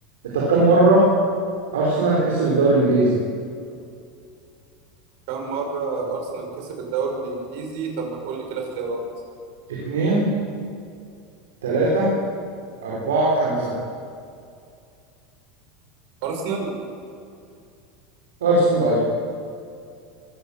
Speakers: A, on the right; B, on the right.
A: طب كم مره ارسنال كسب الدوري الانجليزي؟
B: كم مرة ارسنال كسب الدوري الانجليزي طب ما تقول لي كده اختيارات
A: اتنين تلاتة أربعة خمسة
B: ارسنال
A: ارسنال ايوه